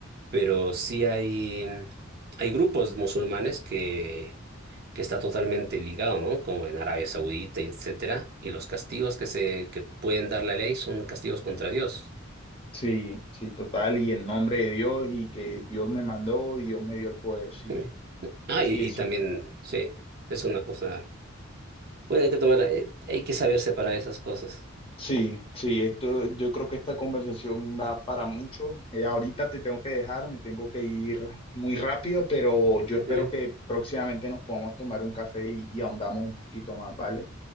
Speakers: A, on the right; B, on the left.
A: pero sí hay, hay grupos musulmanes que, que está totalmente ligado, ¿no? Como en Arabia Saudita y etcétera, y los castigos que se, que pueden dar la ley son castigos contra Dios.
B: Sí, sí, total, y en nombre de Dios y que Dios me mandó y Dios me dio el poder, sí,
A: Mm. Ah,
B: sí,
A: y,
B: eso,
A: y también, sí, es una cosa, bueno, hay que tomar, eh, hay que saber separar esas cosas.
B: sí, sí, esto, yo creo que esta conversación da para mucho. Eh, ahorita te tengo que dejar, me tengo que ir muy rápido, pero yo
A: Ujú.
B: espero que próximamente nos podamos tomar un café y, y ahondamos un poquito más, ¿vale?